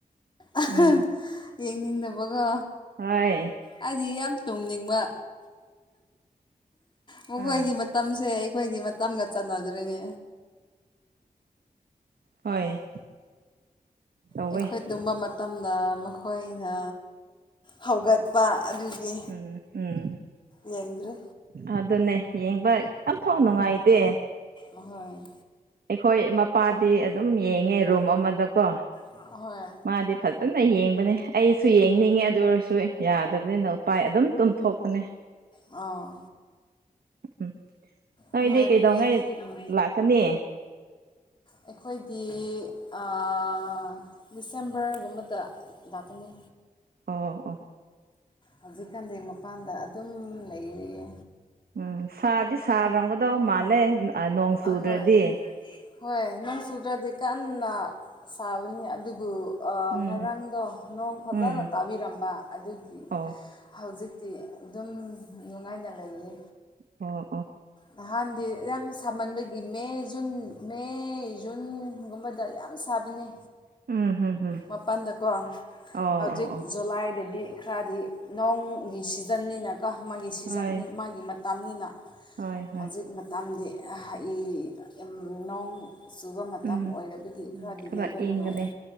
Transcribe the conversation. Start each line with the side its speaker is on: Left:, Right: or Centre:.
Left: ꯑꯍꯥ
Right: ꯎꯝ
Left: ꯌꯦꯡꯅꯤꯡꯗꯕꯒ
Right: ꯍꯣꯏ
Left: ꯍꯥꯏꯗꯤ ꯌꯥꯝ ꯇꯨꯝꯅꯤꯡꯕ ꯃꯈꯣꯏꯒꯤ
Right: ꯑꯥ
Left: ꯃꯇꯝꯁꯦ ꯑꯩꯈꯣꯏꯒꯤ ꯃꯇꯝꯒ ꯆꯥꯟꯅꯗ꯭ꯔꯦꯅꯦ
Right: ꯍꯣꯏ ꯇꯧꯋꯦ
Left: ꯑꯩꯈꯣꯏ ꯇꯨꯝꯕ ꯃꯇꯝꯗ ꯃꯈꯣꯏꯅ ꯍꯧꯒꯠꯄ ꯑꯗꯨꯒꯤ
Right: ꯎꯝ ꯎꯝ
Left: ꯌꯦꯡꯗ꯭ꯔꯤ
Right: ꯑꯗꯨꯅꯦ ꯌꯦꯡꯕ ꯑꯝ ꯐꯥꯎ ꯅꯨꯡꯉꯥꯏꯇꯦ
Left: ꯑꯍꯣꯏ
Right: ꯑꯩꯈꯣꯏ ꯃꯄꯥꯗꯤ ꯑꯗꯨꯝ ꯌꯦꯡꯉꯦ ꯔꯨꯝ ꯑꯃꯗꯀꯣ
Left: ꯍꯣꯏ
Right: ꯃꯥꯗꯤ ꯐꯖꯅ ꯌꯦꯡꯕꯅꯤ ꯑꯩꯁꯨ ꯌꯦꯡꯅꯤꯡꯉꯦ ꯑꯗꯨ ꯑꯣꯏꯔꯁꯨ ꯌꯥꯗꯕꯅꯤꯅ ꯎꯄꯥꯏ ꯑꯗꯨꯝ ꯇꯨꯝꯊꯣꯛꯄꯅꯦ
Left: ꯑꯥ
Right: ꯎꯝ ꯅꯣꯏꯗꯤ
Left: ꯅꯨꯡꯉꯥꯏꯕꯅꯦ
Right: ꯀꯩꯗꯧꯉꯩ
Left: ꯎꯝ
Right: ꯂꯥꯛꯀꯅꯤ
Left: ꯑꯩꯈꯣꯏꯗꯤ ꯑꯥ ꯗꯤꯁꯦꯝꯕꯔꯒꯨꯝꯕꯗ ꯂꯥꯛꯀꯅꯤ
Right: ꯑꯣ ꯑꯣ
Left: ꯍꯧꯖꯤꯛꯀꯥꯟꯗꯤ ꯃꯄꯥꯟꯗ ꯑꯗꯨꯝ ꯂꯩꯔꯤꯌꯦ
Right: ꯎꯝ ꯁꯥꯗꯤ ꯁꯥꯔꯝꯒꯗꯧꯕ ꯃꯥꯜꯂꯦ ꯅꯣꯡ ꯆꯨꯗ꯭ꯔꯗꯤ
Left: ꯑꯍꯣꯏ ꯍꯣꯏ ꯅꯣꯡ ꯆꯨꯗ꯭ꯔꯗꯤ ꯀꯟꯅ ꯁꯥꯕꯅꯤ ꯑꯗꯨꯕꯨ ꯑ
Right: ꯎꯝ
Left: ꯉꯔꯥꯡꯗꯣ ꯅꯣꯡ ꯐꯖꯅ
Right: ꯎꯝ
Left: ꯇꯥꯕꯤꯔꯝꯕ ꯑꯗꯨꯒꯤ
Right: ꯑꯣ
Left: ꯍꯧꯖꯤꯛ ꯗꯤ ꯑꯗꯨꯝ ꯅꯨꯡꯉꯥꯏꯅ ꯂꯩꯔꯤ
Right: ꯑꯣ ꯑꯣ
Left: ꯅꯍꯥꯟꯗꯤ ꯌꯥꯝ ꯁꯥꯃꯟꯕꯒꯤ ꯃꯦ ꯖꯨꯟ ꯃꯦ ꯖꯨꯟꯒꯨꯝꯕꯗ ꯌꯥꯝ ꯁꯥꯕꯅꯤ
Right: ꯎꯝ ꯍꯝ ꯍꯝ
Left: ꯃꯄꯥꯟꯗꯀꯣ
Right: ꯑꯣ
Left: ꯍꯧꯖꯤꯛ
Right: ꯑꯣ ꯑꯣ
Left: ꯖꯨꯂꯥꯏꯗꯒꯤ ꯈꯔꯗꯤ ꯅꯣꯡꯒꯤ ꯁꯤꯖꯟꯅꯤꯅꯀꯣ ꯃꯥꯒꯤ ꯁꯤꯖꯟ
Right: ꯍꯣꯏ
Left: ꯃꯥꯒꯤ ꯃ ꯃꯇꯝꯅꯤꯅ
Right: ꯍꯣꯏ ꯍꯣꯏ
Left: ꯍꯧꯖꯤꯛ ꯃꯇꯝꯗꯤ ꯑ ꯏ ꯅꯣꯡ ꯆꯨꯕ ꯃꯇꯝ
Right: ꯎꯝ
Left: ꯑꯣꯏꯔꯕꯒꯤ
Right: ꯎꯝ
Left: ꯈꯔꯗꯤ
Right: ꯈꯔ
Left: ꯂꯩꯕ
Right: ꯏꯪꯒꯅꯤ
Left: ꯅꯨꯡꯉꯥꯏꯌꯦ